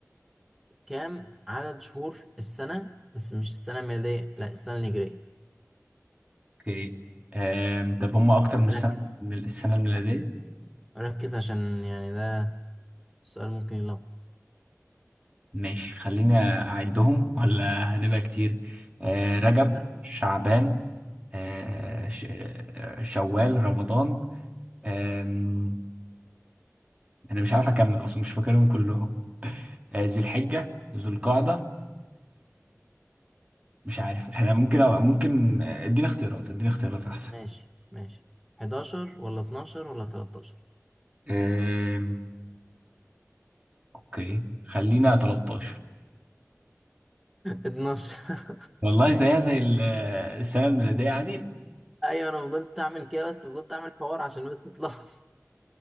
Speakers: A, in the centre; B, on the right.
A: كام عدد شهور السنة بس مش السنة الميلادية لا السنة الهجرية
B: اوكي آم، طب هم اكتر من السنه
A: ركز
B: من السنه الميلاديه
A: آه، ركز عشان يعني ده السؤال ممكن يلخبط
B: ماشي خلينا اعدهم ولا هنبقى كتير آه، رجب
A: لا
B: شعبان آه، ش- آه، شوال رمضان آم، انا مش عارف اكمل اصلا مش فاكرهم كلهم آه، ذي الحجه ذو القعده مش عارف احنا ممكن أو ممكن ادينا اختيارات ادينا اختيارات احسن
A: ماشي ماشي 11 ولا 12 ولا 13
B: أم... اوكي خلينا 13
A: 12 <laughs>
B: والله زيها زي ال- السنه الميلاديه عادي
A: <laughs> ايوه انا فضلت اعمل كده بس فضلت اعمل حوار عشان بس اطلع <laughs>